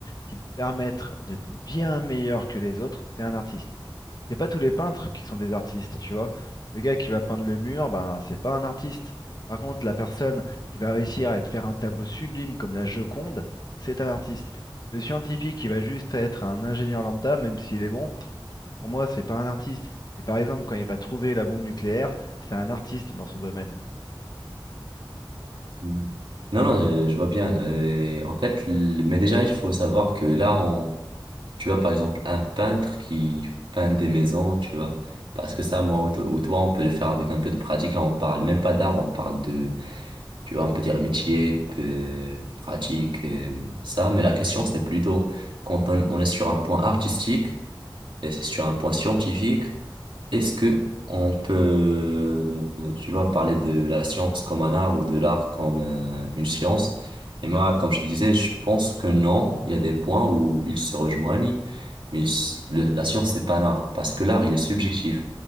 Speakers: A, on the left; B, on the right.
A: qui te permettent d'être bien meilleur que les autres, tu es un artiste. C'est pas tous les peintres qui sont des artistes, tu vois. Le gars qui va peindre le mur, ben, c'est pas un artiste. Par contre, la personne qui va réussir à te faire un tableau sublime comme la Joconde, c'est un artiste. Le scientifique qui va juste être un ingénieur lambda, même s'il est bon, pour moi, c'est pas un artiste. Mais par exemple, quand il va trouver la bombe nucléaire, c'est un artiste dans son domaine.
B: Mm. Non, non, euh, je vois bien. Euh, en fait, l- mais déjà, il faut savoir que là, on Tu vois, par exemple, un peintre qui peint des maisons, tu vois. Parce que ça, moi ou, to- ou toi, on peut le faire avec un peu de pratique. Là, on parle même pas d'art, on parle de, tu vois, on peut dire métier, peu- pratique, euh, ça. Mais la question, c'est plutôt quand on, on est sur un point artistique et c'est sur un point scientifique. Est-ce que on peut, tu vois, parler de la science comme un art ou de l'art comme euh, une science? Et moi, comme je te disais, je pense que non. Il y a des points où ils se rejoignent, mais ils- le- la science, c'est pas un art parce que l'art, il est subjectif.